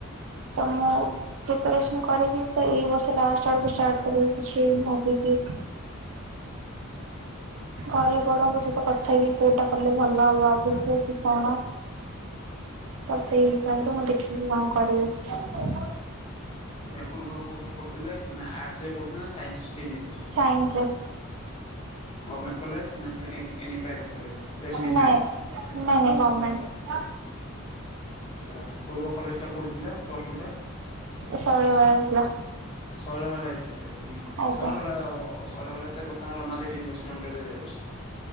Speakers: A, on the right; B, on the left.
A: ତ ମୁଁ ପ୍ରିପାରେସନ କରିବି ତ ଏଇ ବର୍ଷ ଲାଷ୍ଟ ଆଡକୁ ଷ୍ଟାର୍ଟ କରିବି କିଛିଁ ଭାବିକି। ଘରେ
B: ଅଛି?
A: ବଡଙ୍କ ସହିତ କଥା ହେଇକି କୋଉଟା କଲେ ଭଲ ହବ ଆଗକୁ କି କଣ? ତ ସେଇ ହିସାବରେ ମୁଁ ଦେଖିକି କଣ କରିବି।
B: ଆଛା ୟା ପୂର୍ବରୁ କୋଉଥିରେ ପଢୁଥିଲେ ମାନେ ଆଟ୍ସ୍ ରେ ପଢୁଥିଲେ ନା ସାଇନ୍ସ ଷ୍ଟ୍ରିମ୍ ନେଇଥିଲେ?
A: ସାଇନ୍ସ ରେ।
B: ଗଭର୍ମେଣ୍ଟ କଲେଜ ଏ ଏନି ପ୍ରାଇଭେଟ କଲେଜ ରେସିଡେନଟାଲ?
A: ନାଇଁ ନାଇଁ ନାଇଁ ଗମେଣ୍ଟ କଲେଜ୍
B: ଆଛା ପୂର୍ବ କଲେଜ ଟା କୋଉଠି ଥିଲା ପ୍ଲସ ଟୁ ଟା?
A: ଶୈଳବାଳା
B: ଶୈଳବାଳା ଯାଇଥିଲେ ତାହେଲେ ନାଇଁ କି
A: ଆଜ୍ଞା
B: ଶୈଳବାଳା ଶୈଳବାଳା ତ ଏ ବତ୍ ସ୍ଥ ରମାଦେବ ୟୁିଭର୍ସିଟି ଅଣ୍ଡର ଯାଉଛି।